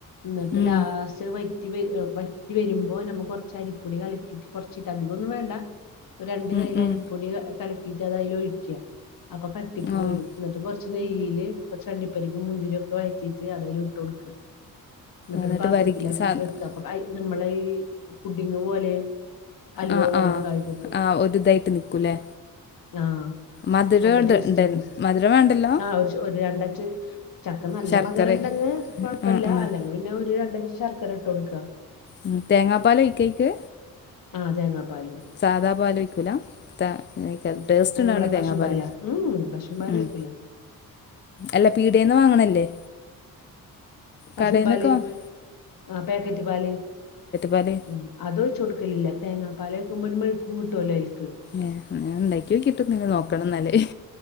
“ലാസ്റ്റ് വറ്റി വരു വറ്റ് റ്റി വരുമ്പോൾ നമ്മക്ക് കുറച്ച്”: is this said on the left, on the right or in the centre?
Left